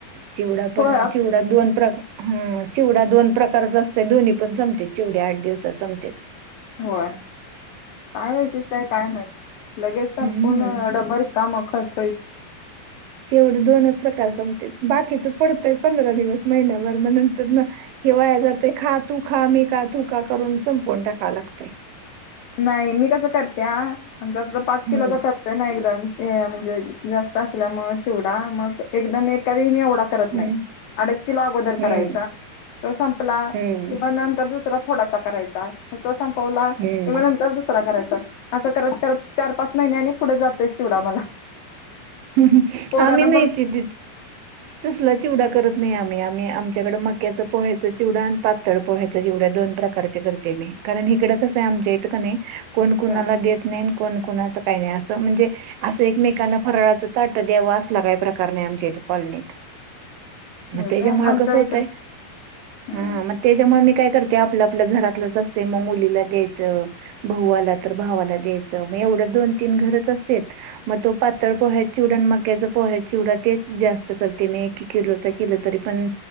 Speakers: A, on the right; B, on the left.
A: जेवढा पण
B: होय
A: चिवड दोन प्रकार. चिवडा दोन प्रकारचा असतंय, दोनही पण संपते. चिवढा आठ दिवसात संमते.
B: होय. काय वैशिष्ट्य आहे काय माहीत? लगेच संपूर्ण
A: हम्म.
B: डब्बा रीकामा खळखळीत
A: तेवढे दोनच प्रकार संपते. बाकीचं पडतंय पंधरा दिवस महिन्याभर, मग नंतर कि वाया जातंय खा तू, खा मी, तू का करून संपून टाका लागतंय.
B: नाही मी कसं करत्या, <unintelligible> पाच
A: हम्म
B: किलोचा करते ना एकदम हे म्हणजे जास्त असल्या मग चिवडा, मग एकदम एक काही मी एवढा करत
A: हम्म
B: नाही. अडीच किलो अगोदर
A: हम्म
B: करायचा. तो संपला
A: हम्म
B: किंवा नंतर दुसरा थोडासा करायचा. मग तो संपवला की
A: हम्म
B: मग नंतर दुसरा करायचा. असं करत करत चार पाच महिन्या आणि पुढे जातोय चिडा मला.
A: हम्म हम
B: पोरांना
A: आम्ही नाहीेत
B: पण
A: द. तसला चिवडा करत नाही आम्ही आम्ही आमच्याकडे मक्याचं पोह्याचा चिवडा आणि पाातळ पोह्या जेवढ्या दोन प्रकारचे करते मी कारण हिकडं कसं आहे आमच्या इथ क नयी कोण कोणाला
B: हा
A: देत नाही कोण कुणाचं काही नाही असं म्हणजे असं एकमेकांना फरळाचं ताट द्यावं असला काही प्रकार नाही आमच्या इथे कॉलनीत मग
B: होय
A: त्याच्यामुळं
B: काय आमच्या
A: कस होतय
B: इकडे हा
A: ह म. त्याच्यामुळे मी काय करते आपलं आपलं घरातलंच असते मग मुलीला द्यायचं. भाऊ आला तर भावाला द्यायचं म एवढं दोन तीन घरचं असतेत म तो पातळ पोह्याचा चिवडा आणि मक्याचा पोह्याचा चिवडा तेच जास्त करते मी एक एक किलोचा केला तरी पण